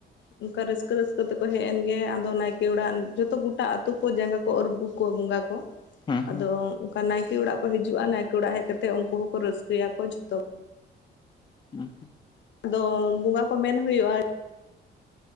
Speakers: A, on the left; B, on the left.
A: ᱚᱱᱠᱟ ᱨᱟᱹᱥᱠᱟᱹ ᱨᱟᱹᱥᱠᱟᱹ ᱛᱮᱠᱚ ᱦᱮᱡ ᱮᱱ ᱜᱮ ᱟᱫᱚ ᱱᱟᱭᱠᱮ ᱚᱲᱟᱜ ᱡᱚᱛᱚ ᱜᱚᱴᱟ ᱟᱛᱩ ᱠᱚ ᱡᱟᱸᱜᱟ ᱠᱚ ᱩᱨᱜᱩ ᱠᱩᱣᱟᱜ ᱵᱚᱸᱜᱟ ᱠᱚ
B: ᱦᱩᱸ
A: ᱟᱫᱚ
B: ᱦᱩᱸ
A: ᱚᱱᱠᱟ ᱱᱟᱭᱠᱮ ᱚᱲᱟᱜ ᱠᱚ ᱦᱤᱡᱩᱜᱼᱟ ᱱᱟᱭᱠᱮ ᱚᱲᱟᱜ ᱦᱮᱡ ᱠᱟᱛᱮ ᱩᱱᱠᱩ ᱦᱚᱸᱠᱚ ᱨᱟᱹᱥᱠᱟᱹᱭᱟ ᱠᱚ ᱡᱷᱚᱛᱚ ᱠᱚ
B: ᱦᱩᱸ
A: ᱟᱫᱚ ᱵᱚᱸᱜᱟ ᱠᱚ ᱢᱮᱱ ᱦᱩᱭᱩᱜᱼᱟ